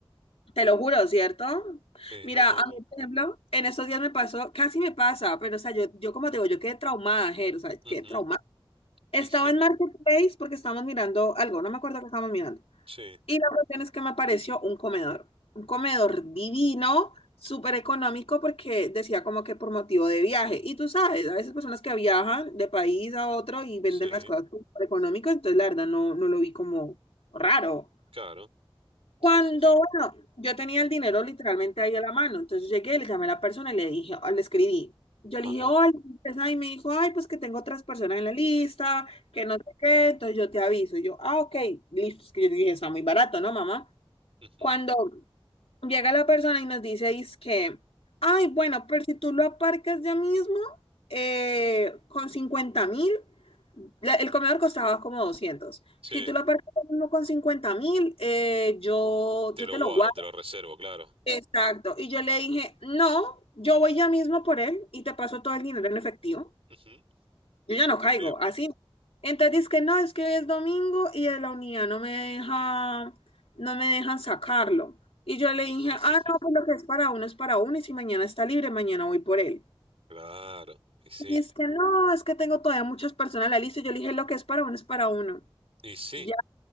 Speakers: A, on the left (about 80°); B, on the right (about 75°).
A: te lo juro, ¿cierto?
B: Eh,
A: Mira,
B: no, no,
A: a mí, por ejemplo, en estos días me pasó, casi me pasa, pero, o sea, yo, yo como te digo, yo quedé traumada, Ger, o sea, quedé
B: ujú,
A: traumada. Estaba
B: Y sí,
A: en Marketplace porque estábamos mirando algo, no me acuerdo qué estábamos mirando.
B: sí,
A: Y la cuestión es que me pareció un comedor, un comedor divino, súper económico, porque decía como que por motivo de viaje. Y tú sabes, a veces personas que viajan de país a otro y venden
B: sí,
A: las cosas súper económico, entonces la verdad no, no lo vi como raro.
B: claro,
A: Cuando,
B: sí, sí, sí.
A: bueno, yo tenía el dinero literalmente ahí a la mano, entonces llegué, le llamé a la persona y le dije, le escribí. Yo
B: Ajá.
A: le dije, hola, empresa", y me dijo, ay, pues que tengo otras personas en la lista, que no sé qué, entonces yo te aviso. Y yo, ah, ok, listo, es que yo dije, está muy barato, ¿no, mamá?
B: ujú.
A: Cuando llega la persona y nos dice, que, ay, bueno, pero si tú lo aparcas ya mismo, eh, con cincuenta mil, el comedor costaba como 200.
B: Sí,
A: Si tú lo aparcas ya mismo con cincuenta mil, eh, yo,
B: te
A: yo
B: lo
A: te
B: guardo,
A: lo guardo.
B: te lo reservo, claro.
A: Exacto. Y yo le dije, no, yo voy ya mismo por él y te paso todo el dinero en efectivo.
B: Ujú,
A: Yo ya no caigo,
B: Bien.
A: así. Entonces dice que no, es que hoy es domingo y de la unidad no me deja, no me dejan sacarlo. Y yo le dije,
B: <laughs>
A: ah, no, pues lo que es para uno es para uno y si mañana está libre, mañana voy por él.
B: Claro, y sí,
A: Y es que no, es que tengo todavía muchas personas en la lista. Y Yo le dije, lo que es para uno es para uno.
B: y sí,
A: Ya.